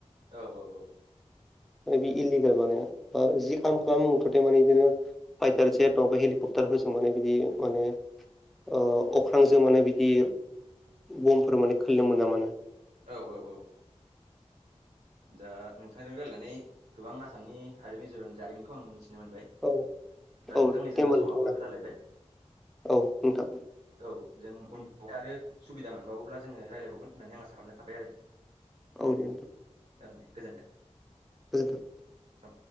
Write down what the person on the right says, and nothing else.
औ औ औ
औ औ औ दा नोंथांजों रायलायनानै गोबां आसामनि आरो मिज'रामनि जारिमिनखौ आं मिथिनो मोनबाय
दा
नोंथां नै
जोंना
समाबो
जालायबाय
औ जों उन आरो सुबिदा मोनबावोब्ला जोङो रायलायबावगोन होननानै आसा खालामनाय थाबाय आरो
थां गोजोन्थों
औ